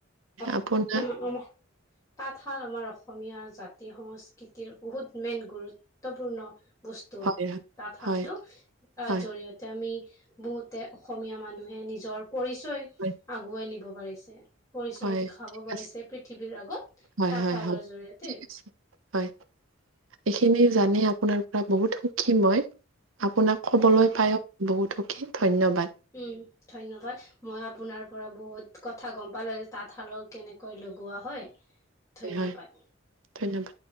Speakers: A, on the left (about 15°); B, on the right (about 85°).
A: <unintelligible>
B: আপোনাৰ
A: তাঁতশাল আমাৰ অসমীয়া জাতি সংস্কৃতিৰ বহুত মেইন গুৰুত্বপূৰ্ণ বস্তু,
B: হয়
A: তাঁতশালটো,
B: হয়
A: তাৰ
B: হয়
A: জৰিয়তে আমি বহুতে অসমীয়া মানুহে নিজৰ পৰিচয়
B: হয়
A: আগুৱাই নিব পাৰিছে। পৰিচয়
B: হয়
A: দেখাব
B: ঠিক
A: পাৰিছে
B: আছে
A: পৃথিৱীৰ আগত,
B: হয়
A: তাঁতশালৰ
B: হয় হয়
A: জৰিয়তে
B: ঠিক আছে হয়। এইখিনি জানি আপোনাৰ পৰা বহুত সুখী মই, আপোনাক ক'বলৈ
A: উম
B: পায়ো বহুত সুখী। ধন্যবাদ
A: উম, ধন্যবাদ, মই আপোনাৰ পৰা বহুত কথা গম পালোঁ যে তাঁতশালৰ কেনেকৈ লগোৱা হয়। ধন্যবাদ
B: হয়, ধন্যবাদ।